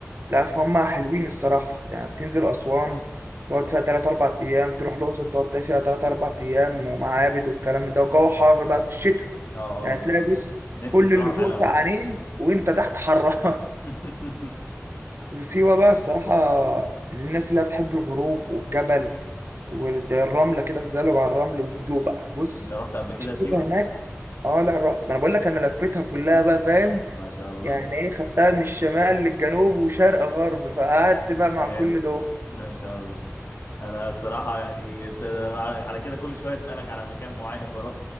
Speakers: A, on the right; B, on the left.
A: لا فهم حلوين الصراحه يعني بتنزل اسوان تقعد فيها 3 4 ايام تروح الاقصر تقعد فيها 3 4 ايام ومعابد والكلام من ده والجو حر بقى في الشتاء
B: اه
A: يعني
B: اه بالظبط
A: تلاقي بص
B: نفسي
A: كل
B: الصراحه
A: اللي
B: فعلا
A: فوق
B: اروح
A: سقعانين وانت تحت حران
B: <laughs>
A: <laughs> وسيوة بقى الصراحة الناس اللي هي بتحب الغروب والجبل والرملة كده تزلج على الرمل وهدوء بقى بص
B: انت رحت قبل كده
A: الشتا
B: سيوه
A: هناك اه لا رحت ما انا بقول لك انا لفيتها كلها بقى فاهم
B: ما شاء الله
A: يعني ايه خدتها من الشمال للجنوب وشرق غرب فقعدت بقى
B: جامد
A: مع كل
B: <laughs>
A: دول
B: ما شاء الله انا الصراحه يعني انت على كده كل شويه اسالك على مكان معين بروح